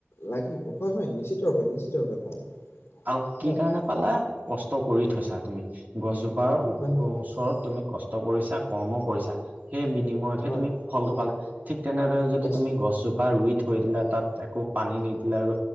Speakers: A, on the left; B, on the right.
A: লাগিব হয় হয় নিশ্চিতৰোপে নিশ্চিতৰোপে পাম।
B: আৰু কি
A: হয়
B: কাৰণে পালা কষ্ট কৰি থৈছা তুমি গছজোপাৰ ও ওচৰত
A: হয় হয়।
B: তুমি কষ্ট কৰিছা, কৰ্ম কৰিছা, সেই বিনিময়তহে
A: হয়
B: তুমি ফলটো পালা। ঠিক তেনেদৰে যদি
A: পাইছো
B: তুমি গছজোপা ৰুই থৈ দিলা তাত একো পানী নিদিলে আৰু